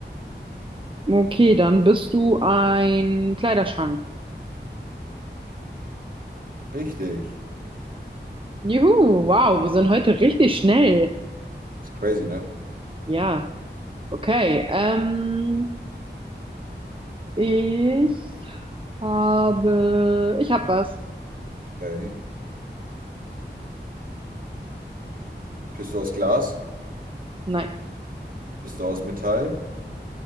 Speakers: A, on the right (about 30°); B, on the right (about 50°).
A: Okay, dann bist du ein Kleiderschrank.
B: richtig.
A: Juhu, wow, wir sind heute richtig schnell.
B: Das ist crazy, ne?
A: Ja, okay. Ähm, ich habe, ich habe was.
B: Okay. Bist du aus Glas?
A: Nein.
B: Bist du aus Metall?